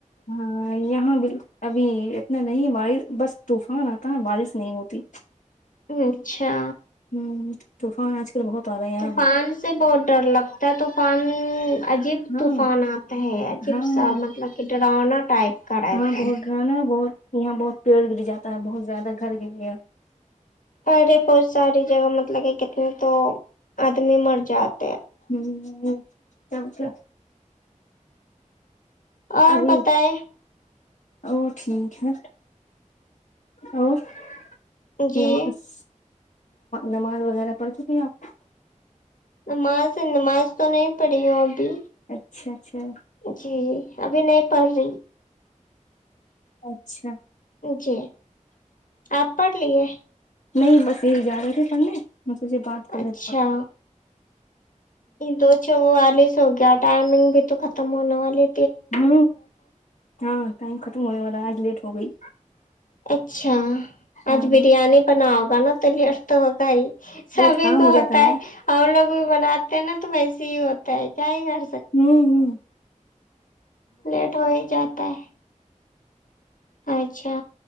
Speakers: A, on the left; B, on the left.
A: ہاں یہاں ب ابھی نہ نہیں بارش بس طوفان آتا ہے بارش نہیں ہوتی
B: اچھا
A: ہوں توفان آج کل بہت آ رہا ہے یہاں
B: طوفان
A: بھی
B: سے بہت ڈر لگتا ہے طوفان عجیب
A: ہاں
B: طوفان آتا ہے عجیب
A: ہاں
B: سا مطلب کہ ڈرانا ٹائپ کا رہتا
A: ہاں بہت
B: ہے
A: ڈر نا بہت یہاں بہت پیڑ گر جاتا ہے بہت زیادہ گھر گر ہے
B: ارے بہت ساری جگہ مطلب کہ کتنے تو آدمی مر جاتا
A: ہوں سم سے
B: اور
A: ابھی
B: بتائے
A: ا ٹھیک ہے اورو
B: جی
A: نمازاز نماز وغیرہ پڑ چکی ہے آپ
B: نماز نماز تو نہیں پڑھی ہوں ابھی
A: اچھا اچھا
B: جی ابھی نہیں پڑھ رہی
A: اچھا
B: جی آپ پڑھ لیے
A: نہیں بس یہ جا رہا تھ سم نے مے بات کر
B: اچھا
A: لی
B: یہ دو چ والیس ہو گیا ٹائمنگ تو ختم ہونے والے
A: ہ ہاں ٹائم ختم ہونے والا آج لیٹ ہو گئی
B: اچھا
A: ہاں
B: آج بریانی بناؤگا نا تو لیٹ تو ہوگا ہی سبھی
A: بہت کام
B: کو
A: ہو جاتا
B: ہوتا ہے اور لوگ بھی بناتے ہیں نا تو ویسے ہی ہوتا ہے کیاائے گ
A: ہوں ہوں
B: لیٹ ہو ہی جاتا ہے اچھا